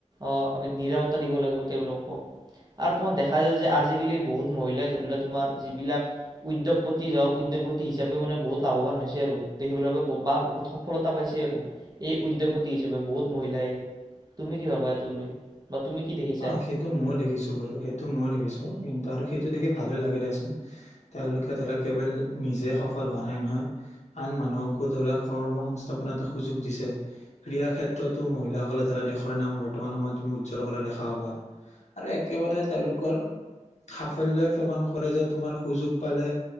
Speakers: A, on the right; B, on the left.
A: আমি নিৰাপত্তা দিব লাগিব তেওঁলোকক আৰু তোমাক দেখা যায় যে আজিকালি বহুত মহিলাই ধৰি ল তোমাৰ যিবিলাক উদ্যোগপতি যাওক উদ্যোগপতি হিচাপেও মানে বহুত লাভৱান হৈছে আৰু দেখিবলৈ বা বহুত সফলতা পাইছে আৰু এই উদ্যোগপতি হিচাপে বহুত মহিলাই তুমি কি ভাবা এইটো লৈ বা তুমি কি দেখিছা?
B: অ সেইটো ময়ো দেখিছো বাৰু সেইটো ময়ো দেখিছো কিন্তু আৰু সেইটো দেখি ভালে লাগে দিয়াচোন তেওঁলোকে ধৰা কেৱল নিজে সফল হোৱা নাই নহয় আন মানুহকো ধৰা কৰ্ম সংস্থাপন এটা সুযোগ দিছে ক্ৰীড়া ক্ষেত্ৰতো মহিলাসকলে ধৰা দেশৰ নাম বৰ্তমান সময়ত তুমি উজ্জ্বল কৰা দেখা আৰু একেবাৰে তেওঁলোকৰ সাফল্যই প্ৰমাণ কৰে যে তোমাৰ সুযোগ পালে